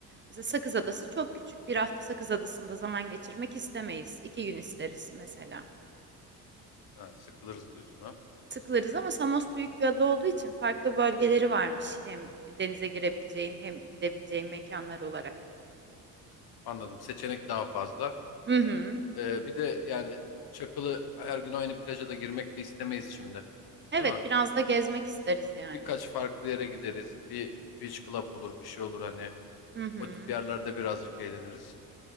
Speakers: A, on the right; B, on the left.
A: Mesela Sakız Adası çok küçük. Bir hafta Sakız Adası'nda zaman geçirmek istemeyiz. İki gün isteriz mesela.
B: Ha, sıkılırız diyorsun ha.
A: Sıkılırız ama Samos büyük bir ada olduğu için farklı bölgeleri varmış. Hem denize girebileceğin hem gidebileceğin mekanlar olarak.
B: Anladım. Seçenek daha fazla.
A: Hı hı.
B: Ee, bir de yani Çakılı her gün aynı plaja da girmek de istemeyiz şimdi.
A: Evet
B: Değil mi?
A: biraz da gezmek isteriz yani.
B: Birkaç farklı yere gideriz. Bir beach club olur, bir şey olur hani.
A: Hı hı.
B: O tip yerlerde birazcık eğleniriz.